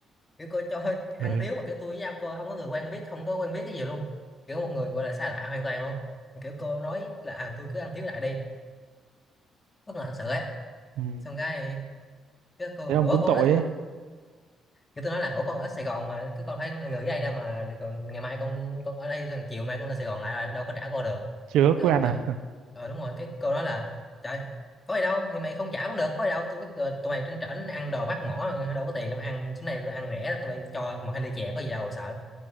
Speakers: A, on the left; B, on the right.
A: kiểu cô cho <laughs> ăn
B: Ừ.
A: thiếu mà kiểu tôi với nhau cô không có người quen biết không có quen biết cái gì luôn kiểu một người gọi là xa lạ hoàn toàn luôn Mà kiểu cô nói là à, tôi cứ ăn thiếu lại đi bất ngờ thật sự ấy
B: Ừ.
A: xong cái cái cô
B: Thế ông
A: ủa
B: cũng
A: con
B: tội
A: ở
B: ấy.
A: con kiểu tôi nói là ủa con ở Sài Gòn mà cứ con thấy người ở đây đâu mà rồi còn ngày mai con con ở đây rồi chiều mai con lên Sài Gòn lại đâu có trả cô được
B: Chưa ước
A: Cái,
B: quen à?
A: ờ đúng rồi cái câu đó là trời có gì đâu thì mày không trả cũng được có gì đâu tôi biết rồi, tụi mày trên trển ăn đồ mắc mỏ đâu có tiền đâu ăn chỗ này tôi ăn rẻ tụi mày cho một hai ly chè có gì đâu sợ